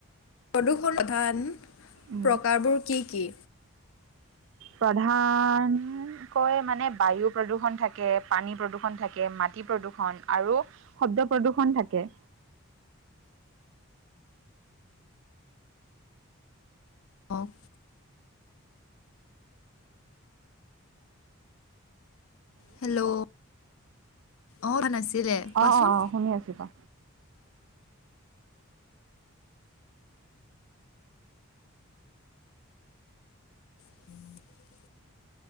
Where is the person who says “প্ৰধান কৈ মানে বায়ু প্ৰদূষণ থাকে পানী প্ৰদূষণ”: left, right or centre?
Right